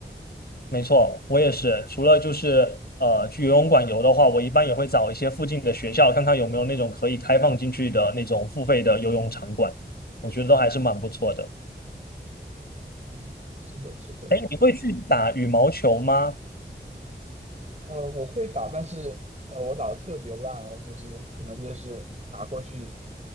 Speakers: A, on the left; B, on the right.
A: 没错。我也是，除了就是呃去游泳馆游的话，我一般也会找一些附近的学校，看看有没有那种可以开放进去的那种付费的游泳场馆。我觉得都还是蛮不错的。
B: 嗯，是的，是的。
A: 哎，你会去打羽毛球吗？
B: 呃，我会打，但是呃，我打的特别烂哦，就是可能就是打过去，